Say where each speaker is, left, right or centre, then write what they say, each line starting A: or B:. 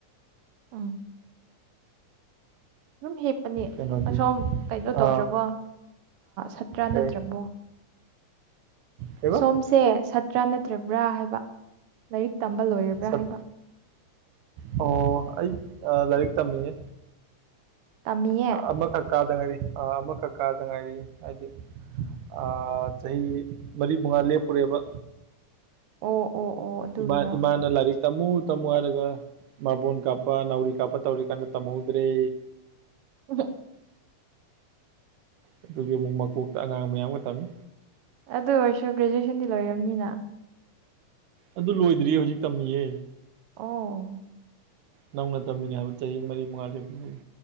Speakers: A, on the right; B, on the right.
A: ꯎꯝ ꯑꯗꯨꯝ ꯍꯤꯞꯄꯅꯤ
B: ꯀꯩꯅꯣꯗꯤ
A: ꯑꯁꯣꯝ ꯀꯩꯅꯣ ꯇꯧꯗ꯭ꯔꯕꯣ
B: ꯑ
A: ꯁꯠꯇ꯭ꯔꯥ
B: ꯀꯩ
A: ꯅꯠꯇ꯭ꯔꯥꯕꯣ
B: ꯀꯩꯕ
A: ꯁꯣꯝꯁꯦ ꯁꯥꯠꯇ꯭ꯔꯥ ꯅꯠꯇ꯭ꯔꯥꯕ꯭ꯔꯥ ꯍꯥꯏꯕ ꯂꯥꯏꯔꯤꯛ ꯇꯝꯕ ꯂꯣꯏꯔꯕ꯭ꯔꯥ
B: ꯁꯠ
A: ꯍꯥꯏꯕ
B: ꯑꯣ ꯑꯩ ꯂꯥꯏꯔꯤꯛ ꯇꯝꯃꯤꯌꯦ
A: ꯇꯝꯃꯤꯌꯦ
B: ꯑꯃꯈꯛ ꯀꯥꯗ ꯉꯥꯏꯔꯤ ꯑꯥ ꯑꯃꯈꯛ ꯀꯥꯗ ꯉꯥꯏꯔꯤ ꯍꯥꯏꯗꯤ ꯑꯥ ꯆꯍꯤ ꯃꯔꯤ ꯃꯉꯥ ꯂꯦꯞꯄꯨꯔꯦꯕ
A: ꯑꯣ ꯑꯣ ꯑꯣ ꯑꯗꯨꯒꯤꯔꯣ
B: ꯏꯃꯥ ꯏꯃꯥꯅ ꯂꯥꯢꯔꯤꯛ ꯇꯝꯃꯨ ꯇꯝꯃꯨ ꯍꯥꯏꯔꯒ ꯃꯥꯔꯕꯣꯟ ꯀꯥꯞꯄ ꯅꯥꯎꯔꯤ ꯀꯥꯞꯄ ꯇꯧꯔꯤꯀꯥꯟꯗ ꯇꯝꯍꯧꯗ꯭ꯔꯦ
A: <inaudible>
B: ꯑꯗꯨꯒꯤ ꯑꯃꯨꯛ ꯃꯀꯣꯛꯇ ꯑꯉꯥꯡ ꯃꯌꯥꯝꯒ ꯇꯝꯃꯤ
A: ꯑꯗꯨ ꯑꯣꯏꯁꯨ ꯒ꯭ꯔꯦꯖꯨꯋꯦꯁꯟꯗꯤ ꯂꯣꯢꯔꯝꯅꯤꯅ
B: ꯑꯗꯨ ꯂꯣꯏꯗ꯭ꯔꯤ ꯍꯧꯖꯤꯛ ꯇꯝꯃꯤꯌꯦ
A: ꯑꯣ
B: ꯅꯧꯅ ꯇꯝꯃꯤꯅꯦ ꯍꯥꯏꯕ ꯆꯍꯤ ꯃꯔꯤ ꯃꯉꯥ ꯂꯦꯄꯨꯔꯒꯤ